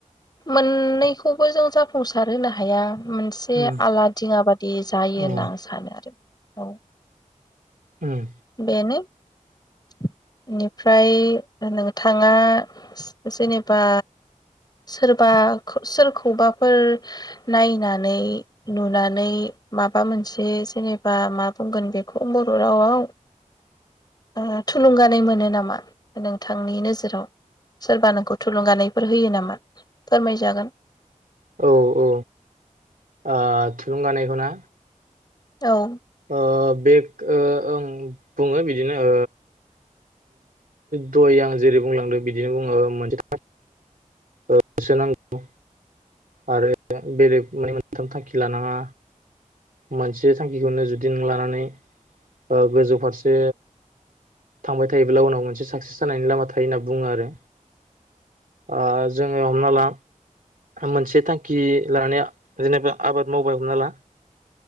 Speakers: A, on the left (about 30°); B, on the right (about 85°).
A: मोननैखौबो जों जाफुंसार होनो हाया ओम बे
B: उम
A: आला दिङाबाद दि जायोना
B: उम
A: सानो आरो औ
B: उम
A: बेनो बेनिफ्राय नोंथाङा जेनेबा सोरबा सोरखौबाफोर नायनानै नुनानै माबा मोनसे जेनेबा मा बुंगोन बेखौ बर' रावआव ओ थुलुंगानाय मोनो नामा नोंथांनि नोजोराव सोरबा नोंखौ थुलुंगानायफोर होयो नामा फोरमायजागोन
B: औ औ आह थुलुंगानायखौ ना
A: औ
B: ओ बेग ओ ओं बुङो बिदिनोओ दय आं जेरै बुंलांदों बिदिनो बुङो मोनसे हो सोनांगौ आरो बेले माने मोनथाम थांखि लानाङा मोनसे थांखिखौनो जुदि नों लानानै ओ गोजौ फारसे थांबाय थायोब्ला उनाव मोनसे साक्सेस जानायनि लामा थायो होनना बुङो आरो ओ जोङो हमना ला मोनसे थांखि लानाया जेनेबा आबाद मावबाय हमना ला